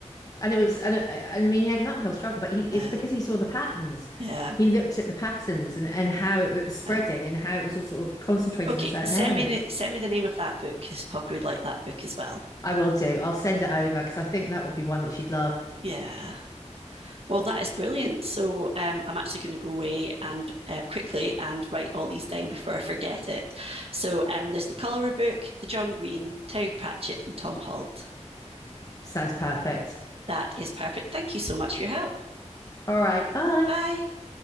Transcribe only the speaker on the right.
Uh,
yeah.
Uh,
okay,
send
me the, send me the name of that book because Poppy would like that book as well.
Yeah. Well, that is brilliant. So um, I'm actually going to go away and uh, quickly and write all these down before I forget it. So um, there's the Cholera book, the John Green, Terry Pratchett, and Tom Holt.
That is perfect. Thank you so much for your help.
Bye.